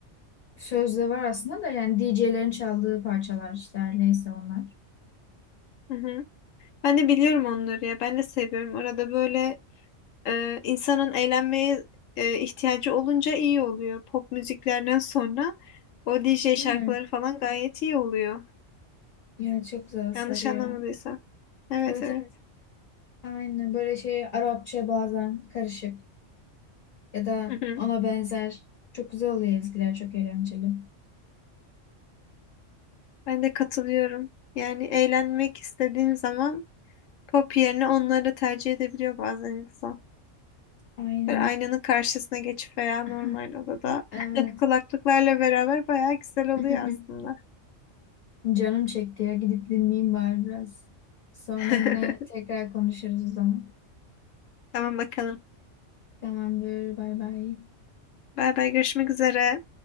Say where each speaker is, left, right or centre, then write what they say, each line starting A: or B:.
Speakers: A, on the left; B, on the left.
A: sözde var aslında da yani DJ'lerin çaldığı parçalar işte her neyse onlar.
B: Hı hı. Ben de biliyorum onları ya. Ben de seviyorum. Arada böyle e, insanın eğlenmeye e, ihtiyacı olunca iyi oluyor. Pop müziklerden sonra o DJ
A: Değil
B: şarkıları
A: mi?
B: falan gayet iyi oluyor.
A: Ya çok güzel sarıyor.
B: Yanlış anlamadıysam. Evet
A: Evet
B: evet.
A: evet aynı böyle şey Arapça bazen karışık ya da
B: Hı hı.
A: ona benzer çok güzel oluyor ezgiler çok eğlenceli.
B: Ben de katılıyorum. Yani eğlenmek istediğin zaman pop yerine onları tercih edebiliyor bazen insan.
A: Aynen.
B: Böyle aynanın karşısına geçip veya normal
A: <laughs>
B: odada
A: Evet.
B: <laughs> kulaklıklarla beraber bayağı güzel
A: <laughs>
B: oluyor aslında.
A: Canım çekti ya gidip dinleyeyim bari biraz. Sonra
B: <laughs>
A: yine tekrar konuşuruz o zaman.
B: Tamam bakalım.
A: Tamamdır bay bay.
B: Bay bay görüşmek üzere.